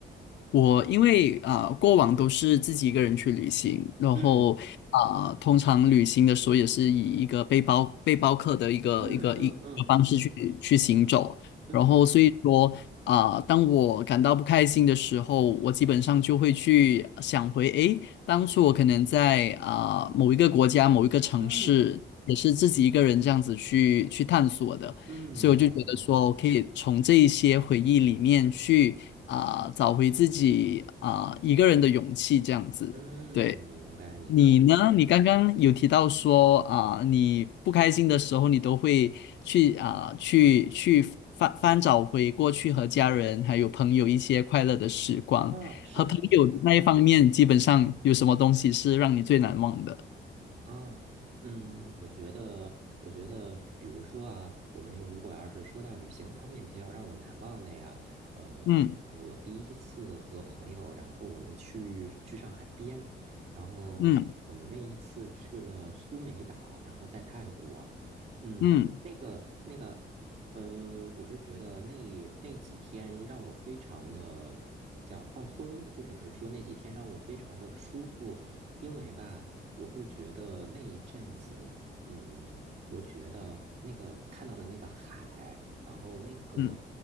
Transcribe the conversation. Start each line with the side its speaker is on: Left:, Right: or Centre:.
Left: 我因为啊、过往都是自己一个人去旅行，然后啊、
Right: 嗯
Left: 通常旅行的时候也是以一个背包背包客的一个一个一个方式去去行走，
Right: 嗯嗯嗯嗯嗯
Left: 然后所以说啊、当我感到不开心的时候，我基本上就会去想回，诶，当初我可能在啊、某一个国家某一个城市，
Right: 嗯，
Left: 也是自己一个人这样子去去探索的。
Right: 嗯了解。
Left: 所以我就觉得说，可以从这一些回忆里面去啊、找回自己啊、一个人的勇气这样子。
Right: 嗯，
Left: 对
Right: 明白明白。
Left: 你呢？你刚刚有提到说啊、你不开心的时候，你都会去啊、去去翻翻找回过去和家人还有朋友一些快乐的时光。
Right: 嗯，是的，
Left: 和朋友那一方面，
Right: 是的。
Left: 基本上有什么东西是让你最难忘的？
Right: 啊，嗯，我觉得，我觉得，比如说啊，我们如果要是说到旅行方面比较让我难忘的呀，呃，
Left: 嗯
Right: 是我第一次和朋友，然后我们去去上海边，然后我们那一次去了苏梅岛，
Left: 嗯
Right: 然后在泰国，嗯，
Left: 嗯
Right: 那个那个，呃，我是觉得那那几天让我非常的叫放松，或者是说那几天让我非常的舒服，因为吧。我会觉得那一阵子，嗯，我觉得那个看到了那个海，然后那个
Left: 嗯